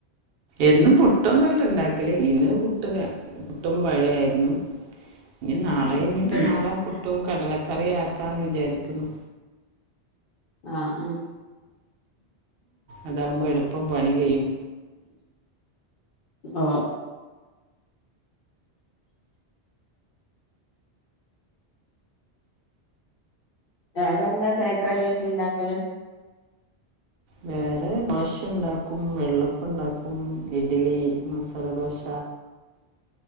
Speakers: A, on the right; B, on the left.
A: എന്നും പുട്ടൊന്നല്ല ഉണ്ടാക്കലേ ഇന്ന് പുട്ട് പുട്ടും പഴയായിരുന്നു
B: <inaudible>
A: നാളെ കഴഞ്ഞിപ്പോ നാളെ
B: ഉം
A: പുട്ടും കടലക്കറിയ ആക്കാന്ന് വിചാരിക്കുന്നു
B: ആഹ് ഉം
A: അതകുമ്പോ എളുപ്പം പണി കഴ്യും
B: ആഹ് വേറെന്താ ചായക്കാടക്ക ഇണ്ടാക്കല്
A: വേറെ ദോശ ഉണ്ടാക്കും വെള്ളപ്പുണ്ടാക്കും ഇഡ്ലി മസാലദോശ
B: <inaudible>